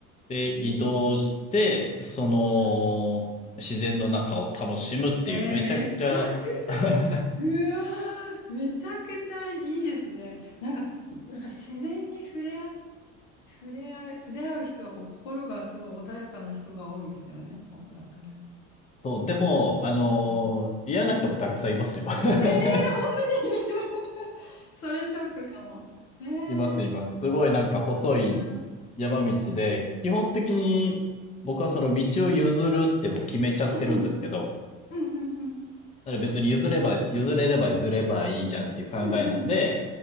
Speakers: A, on the left; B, on the left.
A: で、
B: い。いい。
A: 移動して、その、
B: はい。
A: 自然の中を楽しむっていう、
B: えー、
A: めちゃくちゃ
B: めちゃくちゃ、
A: <laughs>、
B: うわー、めちゃくちゃいいですね。なんか、なんか自然に触れ合、触れ合い、触れ合う人はこう心がすごい穏やかな人が多いですよね、おそらくね。
A: そう、でも、あのー嫌な人もたくさんいますよ。
B: うん
A: <laughs>
B: えー、本当に <laughs> それショックかも。えー、
A: います、います。すごいなんか細い山道で、
B: あー、うん、
A: 基本的に僕はその道を譲るってもう決めちゃってるんですけど、
B: あーうん、うん、うん、うん、うん、
A: だから別に譲れば、譲れれば譲ればいいじゃんっていう考えなんで、
B: うん、うん、